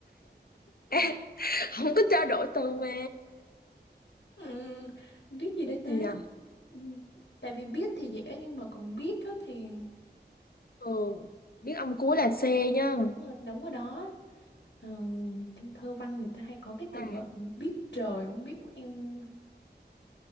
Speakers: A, on the left; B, on the left.
A: Ê, không có trao đổi từ mà
B: ừ, biết gì đấy
A: biết
B: ta
A: gì nhờ
B: ừ, tại vì biết thì dễ nhưng mà còn biết á thì
A: ừ, biết ông cuối là C nhá
B: đúng rồi đúng rồi đó Ờ, trong thơ văn người ta hay có cái từ
A: à,
B: mà biết trời không biết em